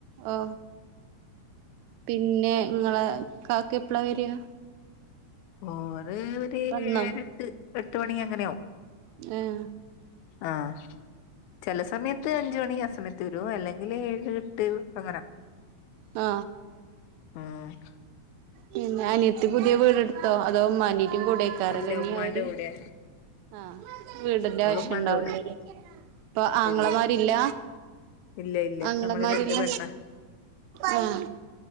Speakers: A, on the right; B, on the left.
A: ഓ പിന്നെ ഇങ്ങളെ കാക്ക എപ്പളാ വെരാ
B: ഓര് ഒര് എയ്
A: വന്നോ
B: എട്ട് എട്ട് മണി അങ്ങനാവും
A: ആഹ
B: ആഹ് ചെല സമയത്ത് അഞ്ച് മണി അസമയത്ത് വരു അല്ലെങ്കില് ഏഴ് എട്ട് അങ്ങനാ
A: ആ
B: ആഹ
A: പിന്നെ അനിയത്തി പുത്യേ വീടെട്ത്തോ അതോ ഉമ്മാൻ്റീറ്റും കൂടെയ്ക്കാരല്ലേ
B: ഇല്ല
A: ഇഞ്ഞി
B: ഉമ്മാന്റെ
A: അവര്
B: കൂടെ
A: ആഹ് വീടിന്റെ
B: ഓള്
A: ആവശ്യം
B: ഉമ്മാന്റെ
A: ഉണ്ടാവുലല്ലേ
B: കൂടെ
A: അപ്പൊ ആങ്ങളമാരില്ല
B: ഇല്ല ഇല്ല ഇല്ല
A: ആങ്ങളമാരില്ല
B: നമ്മള് രണ്ട് പെണ്ണാ
A: ആഹ്